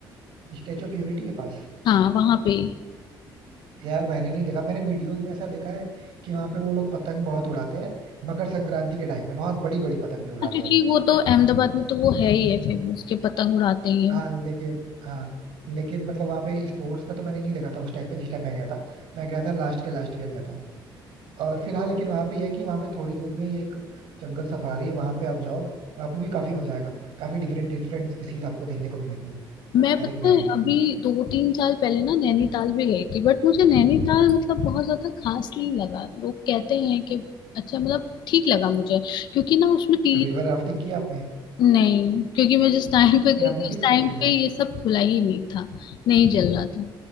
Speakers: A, on the right; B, on the left.
A: स्टेचू ऑफ यूनिटी के पास
B: हाँ वहां पे ही
A: यार मैंने नहीं देखा मैंने वीडियोस में ऐसा देखा है कि वहां पे वो लोग पतंग बहुत उड़ाते हैं मकर संक्रांति के टाइम पे बहुत बड़ी बड़ी पतंगे उड़ाते
B: हाँ, क्योंकि
A: हैं
B: वो तो अहमदाबाद में तो वो है ही है फेमस के पतंग उड़ाते ही हैं
A: हाँ लेकिन हाँ लेकिन मतलब वहाँ पे स्पोर्ट्स का तो मैंने नहीं देखा था उस टाइम पे जिस टाइम मैं गया था मैं गया था लास्ट के लास्ट ईयर गया था और फिर हाँ लेकिन वहाँ पे यह है कि वहाँ पे थोड़ी दूर में ही एक जंगल सफारी है वहाँ पे आप जाओ वहाँ पे भी काफी मजा आएगा काफी डिफरेंट डिफरेंट स्पीसीज आपको देखने को मिलेंगी
B: मैं
A: हर
B: पता
A: एक वेरायटी
B: है अभी
A: की
B: दो तीन साल पहले ना नैनीताल भी गई थी बट मुझे नैनीताल मतलब बहुत ज्यादा खास नहीं लगा लोग कहते हैं कि अच्छा मतलब ठीक लगा मुझे क्योंकि ना उसमें तीन
A: रिवर राफ्टिंग की आपने
B: नहीं क्योंकि मैं जिस टाइम पे
A: या फिर
B: गई
A: आपने
B: थी उस
A: मिस
B: टाइम
A: कर दिया
B: पे ये सब खुला ही नहीं था नहीं चल रहा था